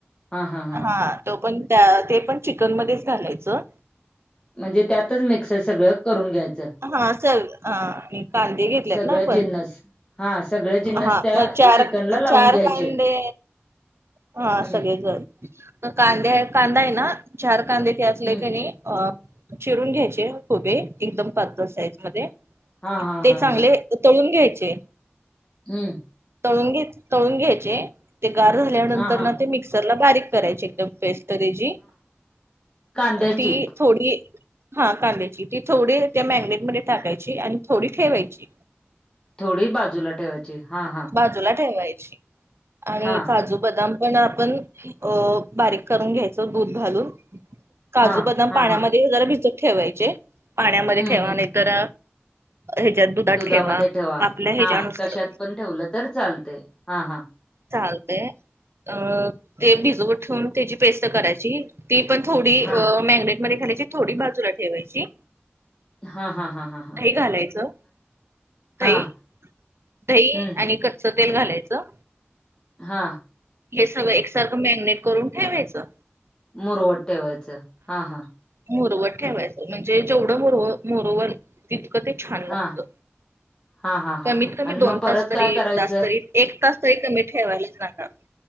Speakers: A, on the left; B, on the right.
A: हा हा हा
B: हां तो पण त्या ते पण चिकन मध्येच घालायचं.
A: म्हणजे त्यातच मिक्सर सगळं करून घ्यायचं.
B: हां चल हां हे कांदे घेतल्यात
A: सगळं
B: ना आपण
A: जिन्नस हा सगळे जिन्नस
B: हां
A: त्या
B: मग चार
A: चिकनला लावून
B: चार
A: घ्यायचे
B: कांदे हां
A: हम्म
B: सगळे जण कांदे कांदाय ना चार कांदे ते असले
A: हम्म
B: की नई अ चिरून घ्यायचे हुबे एकदम पातळ साईज मधे
A: हा हा
B: ते
A: हा
B: चांगले
A: हा
B: तळून घ्यायचे.
A: हम्म.
B: तळून घेत तळून घेयचे ते गार झाल्यानंतर
A: हा हा
B: ना ते मिक्सरला बारीक करायची एकदम पेस्ट त्याची
A: कांद्याची.
B: ती थोडी हां कांद्याची ती थोडी त्या मॅगनेट मध्ये टाकायची आणि थोडी ठेवायची.
A: थोडी बाजूला ठेवायची हां हा.
B: बाजूला ठेवलाय आणि
A: हा
B: काजू-बदाम पण आपण अ बारीक करून घ्यायच दूध घालून, काजू
A: हा
B: बदाम
A: हा
B: पाण्यामध्ये
A: हा
B: ते जरा भिजत ठेवायचे पाण्यामध्ये
A: हम्म
B: ठेवा
A: हम्म
B: नाय तर हेच्यात दुधात
A: दुधामध्ये
B: ठेवा आपल्या ह्याच्यानुसार.
A: हा कशात पण ठेवलं तर चालते, हां हां
B: चालतय, अ ते भिजूवत ठेवून त्याची पेस्ट करायची. ती पण थोडी
A: हां,
B: अ मँगनेट मध्ये घालायची, थोडी बाजूला ठेवायची.
A: हा हा हा हा.
B: दही घालायचं
A: हां,
B: दही. दही
A: हं,
B: आणि कच्चं तेल घालायचं.
A: हां.
B: हे सगळं एकसारखं मॅगिनेट करून ठेवायचं.
A: मुरवत ठेवायच हा हा.
B: मूरवर ठेवायचं म्हनजे जे जेवढं मूर व मूरवल तितकं ते छान
A: हां,
B: लागत.
A: हां, हां, हां,
B: कमीत
A: हां
B: कमी
A: आणि
B: दोन
A: मग परत
B: तास तरी
A: काय करायचं?
B: एक तास तरी एक तास तरी कमी ठेवायला सांगा